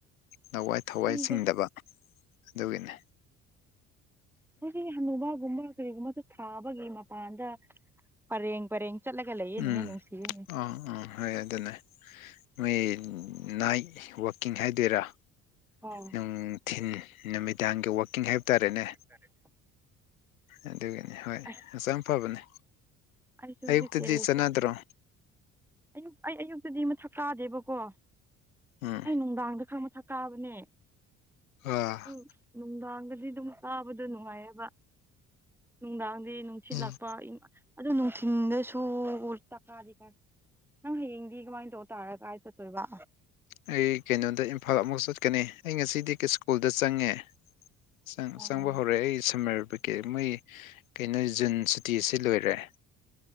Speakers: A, on the left; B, in the centre.
A: ꯅꯋꯥꯏ ꯊꯋꯥꯏ
B: ꯈꯪꯗꯦ
A: ꯆꯤꯡꯗꯕ ꯑꯗꯨꯒꯤꯅꯤ
B: ꯈꯣꯏꯗꯤ ꯍꯅꯨꯕꯥꯒꯨꯝꯕ ꯀꯔꯤꯒꯨꯝꯕꯁꯨ ꯊꯥꯕꯒꯤ ꯃꯄꯥꯟꯗ ꯄꯔꯦꯡ ꯄꯔꯦꯡ ꯆꯠꯂꯒ ꯂꯩꯌꯦꯅꯦꯍꯦ
A: ꯎꯝ
B: ꯅꯨꯡꯁꯤꯌꯦ꯫
A: ꯑꯥ ꯑꯥ ꯍꯣꯏ ꯑꯗꯨꯅꯦ ꯅꯣꯏ ꯅꯥꯏꯠ ꯋꯥꯛꯀꯤꯡ ꯍꯥꯏꯗꯣꯏꯔꯥ꯫
B: ꯑꯥ
A: ꯅꯨꯡꯊꯤꯟ ꯅꯨꯃꯤꯗꯥꯡꯒꯤ ꯋꯥꯛꯀꯤꯡ ꯍꯥꯏꯕ ꯇꯥꯔꯦꯅꯦ꯫
B: ꯇꯥꯔꯦꯅꯦ꯫
A: ꯑꯗꯨꯒꯤꯅꯤ ꯍꯣꯏ
B: ꯑꯁ
A: ꯍꯛꯆꯥꯡ ꯐꯕꯅꯦ
B: ꯑꯩꯁꯨ
A: ꯑꯌꯨꯛꯇꯗꯤ
B: ꯍꯧꯖꯤꯛ ꯇꯦꯔꯦꯁ
A: ꯆꯠꯅꯗ꯭ꯔꯣ꯫
B: ꯑꯌꯨꯛ ꯑꯩ ꯑꯌꯨꯛꯇꯗꯤ ꯃꯊꯛ ꯀꯥꯗꯦꯕꯀꯣ꯫
A: ꯎꯝ
B: ꯑꯩ ꯅꯨꯡꯗꯥꯡꯗ ꯈꯪ ꯃꯊꯛ ꯀꯥꯕꯅꯦ꯫
A: ꯑꯥ꯫
B: ꯑꯗꯨ ꯅꯨꯡꯗꯥꯡꯗꯗꯤ ꯑꯗꯨꯝ ꯀꯥꯕꯗꯣ ꯅꯨꯡꯉꯥꯏꯌꯦꯕ꯫ ꯅꯨꯡꯗꯥꯡꯗꯤ ꯅꯨꯡꯁꯤꯠ
A: ꯎꯝ
B: ꯂꯥꯛꯄ <unintelligible> ꯑꯗꯨ ꯅꯨꯡꯊꯤꯟꯗꯁꯨ ꯇꯀꯥꯗꯤ ꯀꯥꯏ ꯅꯪ ꯍꯌꯦꯡꯗꯤ ꯀꯃꯥꯏꯅ ꯇꯧ ꯇꯥꯔꯦ ꯀꯥꯏ ꯆꯠ ꯇꯣꯏꯕ꯫
A: ꯑꯩ ꯀꯩꯅꯣꯗ ꯏꯝꯐꯥꯜ ꯑꯃꯨꯛ ꯆꯠꯀꯅꯤ ꯑꯩ ꯉꯁꯤꯗꯤ ꯁ꯭ꯀꯨꯜꯗ ꯆꯪꯉꯦ꯫ ꯆꯪ
B: ꯑꯣ
A: ꯆꯪꯕ ꯍꯧꯔꯦ ꯑꯩ ꯁꯝꯃꯔ <unintelligible> ꯀꯦ ꯃꯣꯏ ꯀꯩꯅꯣ ꯖꯨꯟ ꯁꯨꯇꯤꯁꯤ ꯂꯣꯏꯔꯦ꯫